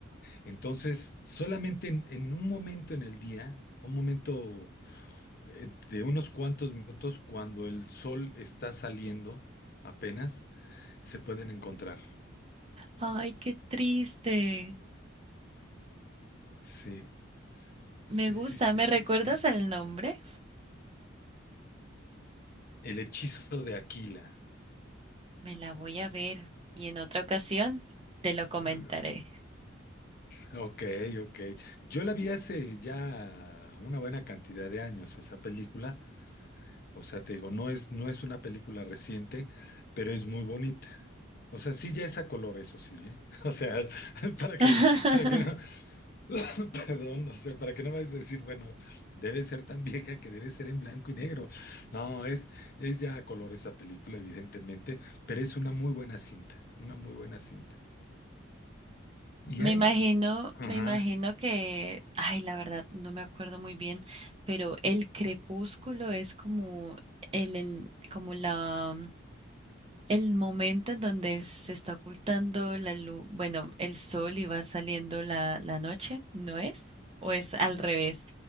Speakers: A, on the left; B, on the right.
A: Entonces, solamente en, en un momento en el día, un momento eh, de unos cuantos minutos cuando el sol está saliendo apenas, se pueden encontrar.
B: Ay, qué triste.
A: Sí, sí,
B: Me gusta,
A: sí, sí,
B: ¿me
A: sí,
B: recuerdas
A: sí.
B: el nombre?
A: El hechizo de Aquila.
B: Me la voy a ver y en otra ocasión te lo comentaré.
A: Ah, ok, ok. Yo la vi hace ya una buena cantidad de años esa película. O sea, te digo, no es, no es una película reciente, pero es muy bonita. O sea, sí ya es a color, eso sí, ¿eh? <laughs> O sea, <laughs> para que,
B: <laughs>
A: para que no. <laughs> Perdón, o sea, ¿para qué no me vas a decir, bueno, debe ser tan vieja que debe ser en blanco y negro? No, es, es ya a color esa película, evidentemente, pero es una muy buena cinta, una muy buena cinta. Y
B: Me
A: hay,
B: imagino,
A: ajá,
B: me imagino que, ay, la verdad, no me acuerdo muy bien, pero el crepúsculo es como el, el- como la, el momento en donde se está ocultando la luz, bueno, el sol y va saliendo la, la noche, ¿no es? ¿O es al revés?